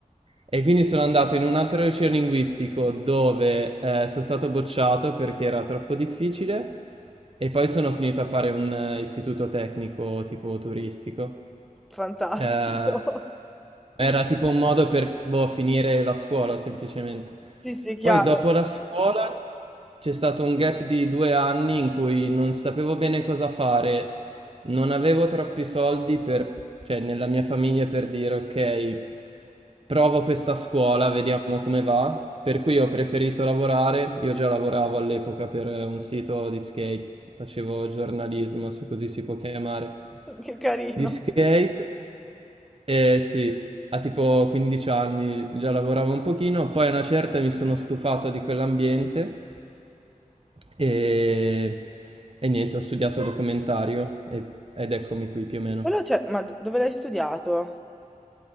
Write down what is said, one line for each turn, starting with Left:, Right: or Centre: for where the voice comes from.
Right: E quindi sono andato in un altro liceo linguistico dove eh, sono stato bocciato perché era troppo difficile e poi sono finito a fare un eh, istituto tecnico tipo turistico.
Centre: Fantastico.
Right: Eh, era tipo un modo per, boh, finire la scuola semplicemente.
Centre: Sì, sì, chiaro.
Right: Poi dopo la scuola c'è stato un gap di due anni in cui non sapevo bene cosa fare, non avevo troppi soldi per, cioè, nella mia famiglia per dire ok, provo questa scuola, vediamo come va. Per cui ho preferito lavorare, io già lavoravo all'epoca per un sito di skate, facevo giornalismo, se così si può chiamare,
Centre: Che carino.
Right: di skate. Eh sì, a tipo 15 anni già lavoravo un pochino, poi a una certa mi sono stufato di quell'ambiente e, e niente, ho studiato documentario e- ed eccomi qui più o meno.
Centre: Quello, cioè, ma do- dove l'hai studiato?